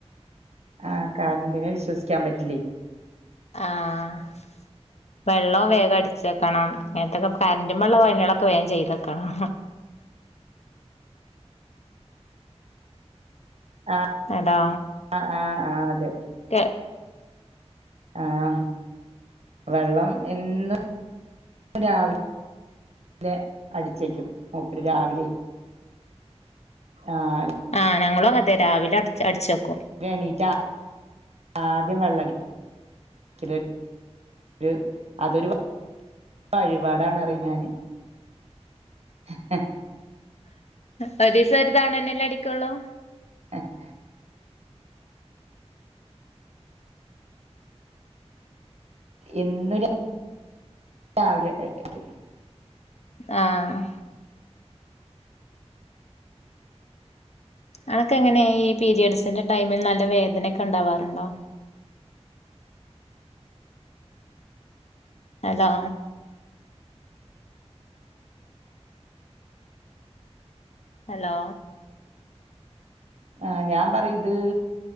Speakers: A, on the right; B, on the left.
A: ആഹ് കറന്റിെനെ വിശ്വസിക്കാൻ പറ്റില്ലേ
B: ആഹ് വെള്ളം വേഗം അടിച്ച് വെക്കണം അങ്ങനത്തൊക്കെ കറന്റ്മ്മള്ള പണികളൊക്കെ വേഗം ചെയ്ത് വെക്കണം
A: ആഹ്
B: അതാ
A: ആഹ് ആഹ് അതെ
B: കെ
A: ആഹ് വെള്ളം എന്നും രാവിലെ വിലെ അടിച്ചേക്കും മൂപ്പര് രാവിലെയ് ആഹ്
B: ആഹ് ഞങ്ങളും അങ്ങൻ തന്നെ രാവിലെ അട് അടിച്ചെക്കും
A: എണീറ്റാ ആദ്യം വെള്ളംടിക്ക്‌ ക്കലും <unintelligible> അതൊരു വഴിപാടാണ് പറയും ഞാന് ഉ
B: ഒരു ദിവസം ഒരു തവണ തന്നെല്ലേ അടിക്കോള്ളൂ
A: ആഹ് എന്നും രാവിലെ <unintelligible>
B: ആഹ് ഇങ്ങൾക്ക് എങ്ങനെയാ ഈ പീരിയഡ്സിന്റെ ടൈമിൽ നല്ല വേദനയൊക്കെ ഇണ്ടാവാറുണ്ടോ? ഹലോ ഹലോ
A: ആഹ് ഞാൻ പറയുത്